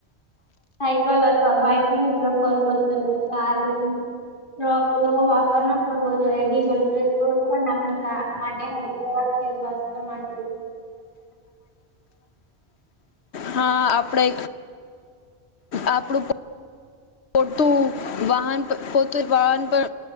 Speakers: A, on the left (about 50°); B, on the left (about 75°).
A: સાયકલ અથવા બાઈકનો ઉપયોગ કરવો જોઈએ શારીરિક ટ્રકનો વાપર ન કરવો જોઈએ ડીઝલ પેટ્રોલ પણ આપને કા માટે રાખે છે સ્વાસ્થ્ય માટે
B: હા આપણે આપણું પો પોતું વાહન પર પોતુ વાહન પર